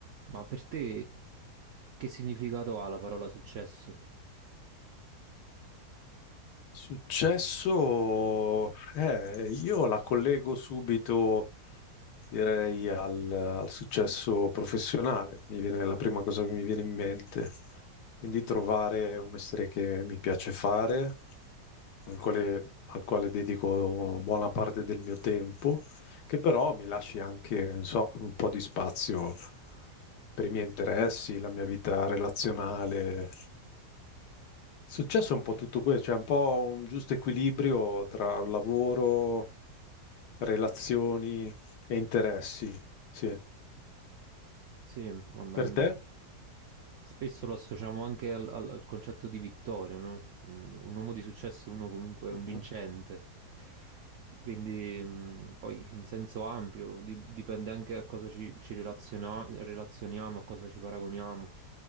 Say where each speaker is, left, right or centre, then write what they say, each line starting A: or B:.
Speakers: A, on the right (about 70°); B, on the left (about 80°).
A: Ma per te che significato ha la parola successo?
B: Successo, eh, io la collego subito, direi, al, al successo professionale. Mi viene la prima cosa che mi viene in mente. Quindi trovare un mestiere che mi piace fare, al quale, al quale dedico buona parte del mio tempo, che però mi lasci anche, non so, un po' di spazio per i miei interessi, la mia vita relazionale. Successo è un po' tutto questo, cioè un po' un giusto equilibrio tra lavoro, relazioni e interessi. Sì.
A: Sì, vabbè,
B: Per
A: n-
B: te?
A: spesso lo associamo anche al, al- al concetto di vittoria, no? Mm, Un uomo di successo è uno comunque un
B: Mhm.
A: vincente. Quindi, mm, poi in senso ampio, di- dipende anche a cosa ci, ci relaziona- relazioniamo, a cosa ci paragoniamo.